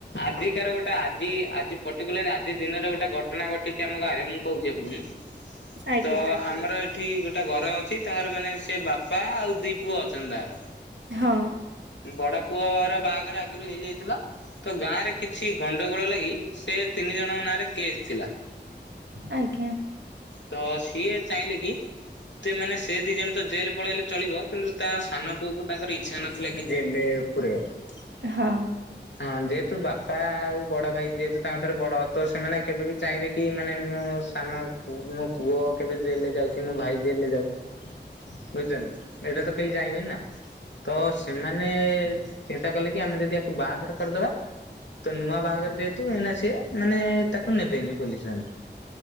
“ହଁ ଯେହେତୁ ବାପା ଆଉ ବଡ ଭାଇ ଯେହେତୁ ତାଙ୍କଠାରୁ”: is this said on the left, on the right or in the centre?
Left